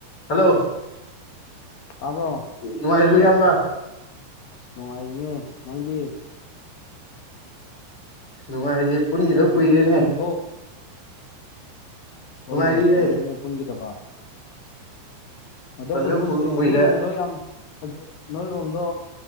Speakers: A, on the left; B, on the left.
A: ꯍꯜꯂꯣ
B: ꯇꯥꯕ꯭ꯔꯣ
A: ꯅꯨꯡꯉꯥꯏꯔꯤꯕꯣ ꯏꯌꯥꯝꯕ
B: ꯑꯁ ꯅꯨꯡꯉꯥꯏꯔꯤꯅꯦ ꯅꯪꯗꯤ
A: ꯅꯨꯡꯉꯥꯏꯁꯦ ꯄꯨꯟꯈꯤꯗ ꯀꯨꯏꯔꯦꯅꯦ
B: ꯅꯪꯗꯤ ꯅꯨꯡꯉꯥꯏꯔꯤꯕꯣ
A: ꯅꯨꯡꯉꯥꯏꯔꯤꯌꯦ
B: ꯍꯣꯏꯅꯦ ꯀꯨꯏꯔꯦꯅꯦ ꯄꯨꯟꯈꯤꯗꯕ꯫ ꯑꯗꯣ
A: ꯐꯖꯅ
B: ꯄꯨꯊꯣꯛꯑꯁꯤꯅꯦ
A: ꯀꯨꯏꯔꯦ
B: ꯅꯣꯏꯔꯣꯝꯗꯣ ꯌꯥꯝ ꯖ ꯅꯣꯏꯔꯣꯝꯗꯣ